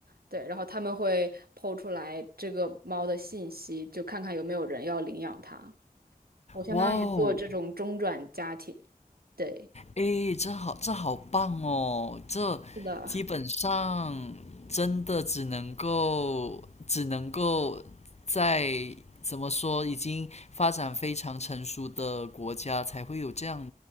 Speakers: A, on the right (about 75°); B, on the left (about 45°).
A: 对，然后他们会抛出来这个猫的信息，就看看有没有人要领养它。我相当于做这种中转家庭，
B: 哇哦，
A: 对，
B: 诶，这好，这好棒哦！这基本上真的只能够，
A: 是的。
B: 只能够在怎么说，已经发展非常成熟的国家才会有这样